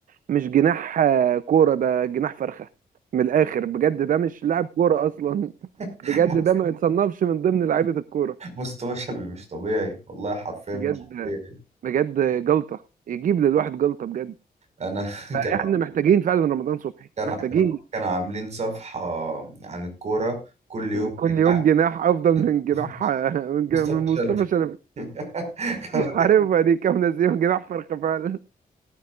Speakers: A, on the right; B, on the right.
A: مش جناح آه، كورة ده جناح فرخة من الآخر بجد ده مش لاعب كورة أصلا
B: <laughs>
A: بجد ده ما يتصنفش من ضمن لعيبة الكورة
B: مصطفى شلبي مش طبيعي والله حرفيا
A: بجد
B: مش طبيعي
A: بجد جلطة يجيب للواحد جلطة بجد
B: انا <laughs>
A: فإحنا
B: كان
A: محتاجين فعلا رمضان صبحي
B: كان
A: محتاجين
B: كان- كانوا عاملين صفحه عن الكوره كل يوم
A: كل
B: جناح
A: يوم جناح أفضل من جناح
B: <laughs>
A: <laughs> من جناح-
B: مصطفى
A: من مصطفى
B: شلبي
A: شلبي
B: <laughs> كان
A: عارف دي كام ناس يوم جناح فرخة فعلا